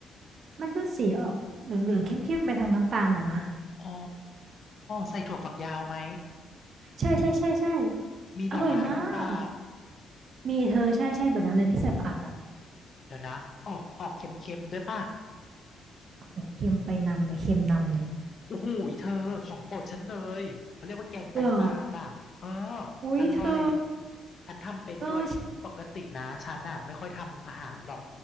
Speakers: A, on the right (about 55°); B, on the left (about 45°).
A: มันก็สีออกเหลืองๆเข้มๆไปทางน้ำตาลน่ะนะ
B: อ๋อใส่ถั่วฝักยาวไหม
A: ใช่ใช่ใช่ใช่
B: มีหน่อไม้หรือเปล่า
A: อร่อยมากมีเธอใช่ใช่แบบนั้นเลยที่ใส่ผักอ่ะ
B: เดี๋ยวนะ ออกออกเค็มๆด้วยป่ะ
A: โอ้โหเค็มไปนำเลยเค็มนำเลย
B: โอ้โหเธอของโปรดฉันเลย เขาเรียกว่าแกงไตปลาจ้ะเออ
A: เหรออุ้ยเธอ
B: อร่อยฉันทำเป็นด้วย
A: เออ
B: ปกตินะฉันน่ะไม่ค่อยทำอาหารหรอก